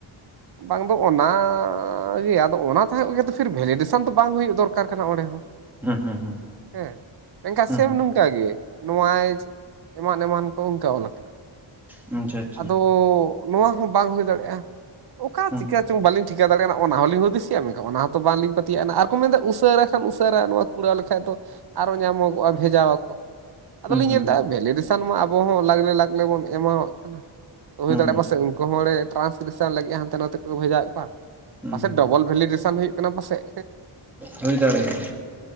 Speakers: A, on the right (about 55°); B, in the centre.
A: ᱵᱟᱝ ᱫᱚ ᱚᱱᱟ ᱟᱸ ᱜᱮ ᱟᱫᱚ ᱚᱱᱟ ᱛᱟᱦᱮᱸᱜ ᱞᱮ ᱯᱷᱤᱨ ᱵᱷᱮᱞᱤᱰᱮᱥᱚᱱ ᱫᱚ ᱵᱟᱝ ᱦᱩᱭᱩᱜ ᱫᱚᱨᱠᱟᱨ ᱠᱟᱱᱟ ᱚᱸᱰᱮ ᱦᱚᱸ
B: ᱦᱩᱸ ᱦᱩᱸ ᱦᱩᱸ
A: ᱦᱮᱸ ᱢᱮᱱᱠᱷᱟᱱ
B: ᱦᱩᱸ
A: ᱥᱮᱢ ᱱᱚᱝᱠᱟ ᱜᱮ ᱱᱚᱣᱟ ᱮᱢᱟᱱ ᱮᱢᱟᱱ ᱠᱚ ᱚᱱᱠᱟ ᱚᱞ ᱟᱠᱟᱱᱟ᱾
B: ᱦᱩᱸ ᱟᱪᱪᱷᱟ ᱟᱪᱪᱷᱟ
A: ᱟᱫᱚ ᱱᱚᱣᱟ ᱦᱚᱸ ᱵᱟᱝ ᱦᱩᱭ ᱫᱟᱲᱮᱭᱟᱜ-ᱟ᱾ ᱚᱠᱟ
B: ᱦᱩᱸ
A: ᱪᱤᱠᱟᱹ ᱪᱚᱝ ᱵᱟᱹᱞᱤᱧ ᱴᱷᱤ- ᱪᱤᱠᱟᱹ ᱫᱟᱲᱮᱭᱟᱜ ᱱᱟ ᱚᱱᱟ ᱦᱚᱸᱞᱤᱧ ᱦᱩᱫᱤᱥᱮᱜ-ᱟ᱾ ᱢᱮᱱᱠᱷᱟᱱ ᱚᱱᱟ ᱦᱚᱸᱛᱚ ᱵᱟᱝᱞᱤᱧ ᱯᱟᱹᱛᱭᱟᱹᱜ-ᱟ ᱟᱱᱟ ᱟᱨ ᱠᱚ ᱢᱮᱱᱫᱟ ᱩᱥᱟᱹᱨᱟ ᱠᱷᱟᱱ ᱩᱥᱟᱹᱨᱟ ᱱᱚᱣᱟ ᱠᱚ ᱠᱩᱨᱟᱹᱣ ᱞᱮᱠᱷᱟᱡ ᱫᱚ ᱟᱨᱚ ᱧᱟᱢᱚᱜᱚᱜ-ᱟ ᱵᱷᱮᱡᱟᱣ ᱟᱠᱚ᱾ ᱟᱫᱚᱞᱤᱧ
B: ᱦᱩᱸ ᱦᱩᱸ
A: ᱧᱮᱞ ᱮᱫᱟ ᱵᱷᱮᱞᱤᱰᱮᱥᱟᱱ ᱢᱟ ᱟᱵᱚ ᱦᱚᱸ ᱞᱟᱜᱽᱞᱮ ᱞᱟᱜᱽᱞᱮ ᱵᱚᱱ ᱮᱢᱟᱣᱟᱜ ᱠᱟᱱᱟ᱾ ᱦᱩᱭ
B: ᱦᱩᱸ
A: ᱫᱟᱲᱮᱭᱟᱜ-ᱟ
B: ᱦᱩᱸ
A: ᱯᱟᱥᱮᱫ ᱩᱱᱠᱩ ᱦᱚᱸ ᱚᱸᱲᱮ ᱴᱨᱟᱱᱥᱞᱮᱥᱚᱱ ᱞᱟᱹᱜᱤᱫ ᱦᱟᱱᱛᱮ ᱱᱟᱛᱮ ᱠᱚ ᱵᱷᱮᱡᱟᱭᱮᱫ ᱠᱚᱣᱟ᱾
B: ᱦᱩᱸ
A: ᱯᱟᱥᱮᱡ ᱰᱚᱵᱚᱞ ᱵᱷᱮᱞᱤ ᱰᱮᱥᱟᱱ ᱦᱩᱭᱩᱜ ᱠᱟᱱᱟ ᱯᱟᱥᱮᱡ᱾
B: ᱦᱩᱭ ᱫᱟᱲᱮᱭᱟᱜ-ᱟ᱾